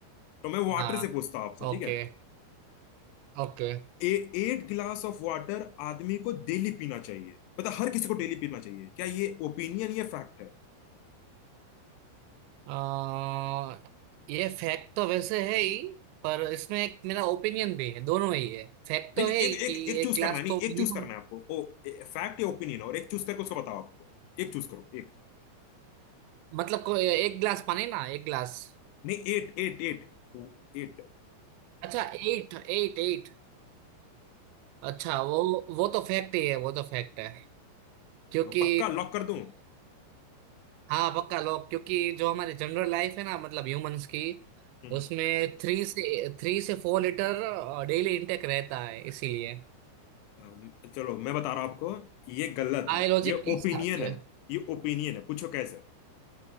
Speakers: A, on the left (about 80°); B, on the right (about 85°).
A: तो मैं वाटर
B: हाँ
A: से पूछता हूं आपसे
B: Okay
A: ठीक है
B: okay
A: A, eight glass of water आदमी को डेली पीना चाहिए मतलब हर किसी को डेली पीना चाहिए क्या ये ओपिनियन या फैक्ट है
B: आ, ये फैक्ट तो वैसे है ही पर इसमें एक मेरा ओपिनियन भी है दोनों ही है फैक्ट तो
A: नहीं नहीं
B: है ही
A: एक
B: कि
A: एक एक
B: एक
A: चूज
B: गिलास
A: करना है नहीं
B: तो
A: एक
B: minimum-
A: चूज करना है आपको ओ फैक्ट या ओपिनियन और एक चूज करके उसको बताओ आपको एक चूज करो एक
B: मतलब को एक गिलास पानी ना एक गिलास
A: नहीं एट एट एट एट
B: अच्छा एट एट एट अच्छा वो वो तो फैक्ट ही है वो तो फैक्ट है क्योंकि
A: पक्का लॉक कर दूं हम्म
B: हाँ पक्का लोग क्योंकि जो हमारी जनरल लाइफ है ना मतलब ह्यूमंस की
A: हम्म।
B: उसमें थ्री से थ्री से फोर लीटर डेली इंटेक रहता है इसीलिए
A: अम, चलो मैं बता रहा हूं आपको ये गलत
B: बायोलॉजिकली
A: है ये
B: हिसाब
A: ओपिनियन
B: से
A: है ये ओपिनियन है पूछो कैसे